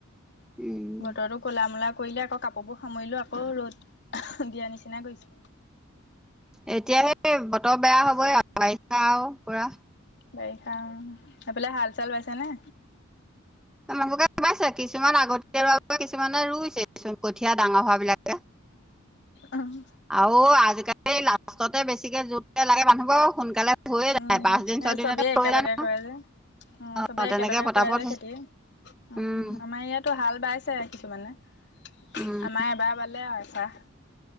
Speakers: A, in the centre; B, on the left (about 55°).
A: উম,
B: বতৰতো কলা মলা কৰিলে আকৌ কাপোৰবোৰ সামৰিলো, আকৌ ৰ'দ দিয়াৰ নিচিনা কৰিছে।
A: এতিয়াহে বতৰ বেয়া হবই আৰু বাৰিষা আৰু পুৰা।
B: বাৰিষা এইফালে হাল চাল বাইছে নে
A: মানুহকে ভ পাইছে কিছুমান আগত কিছুমানে ৰুইছে কিছুমান কঠীয়া ডাঙৰ হোৱা বিলাকে
B: উম
A: আৰু আজিকালি লাষ্টতে বেছিকে জোত লাগে মানুহবোৰ সোনকালে হৈয়ে যায়
B: উম
A: পাঁচ দিন
B: সেই
A: ছয় দিনতে
B: চবেই একেলগে
A: হৈ যায় ন।
B: কৰে যে উ
A: অ',
B: চবে
A: তেনেকে
B: একেলগে
A: পতাপত
B: কৰে যে খেতি উ
A: উম,
B: আমাৰ ইয়াতো হাল বাইছে কিছুমানে ৷
A: উম,
B: আমাৰ এবাৰ বালে আৰু এছাহ ৷